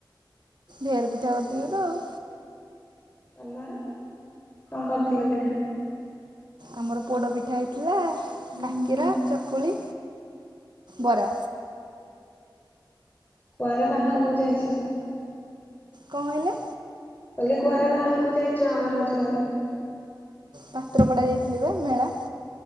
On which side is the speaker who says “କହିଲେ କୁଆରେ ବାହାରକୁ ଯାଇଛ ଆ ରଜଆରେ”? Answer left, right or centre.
Left